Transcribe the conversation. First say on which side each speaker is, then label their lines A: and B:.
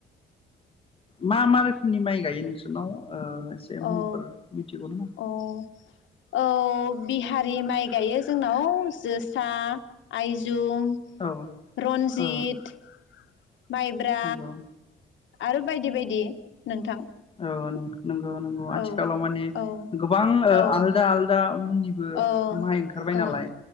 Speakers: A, on the left; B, on the left.
A: मा मा रोखोमनि माइ गायो नोंसोरनाव? ओ एसे
B: औ
A: मुंफोर मिथिगौ नामा?
B: औ औ बिहारि माइ गायो जोंनाव जोसा आयज जुम
A: औ
B: रन्जित।
A: औ
B: माइब्रा।
A: नंगौ
B: आरो बायदि बायदि नोंथां।
A: ओ नों नंगौ नंगौ आथिखालाव
B: औ
A: माने
B: औ
A: गोबां ओ
B: औ
A: आलदा आलदा मुंनिबो
B: औ
A: माइ ओंखारबाय नालाय
B: ओ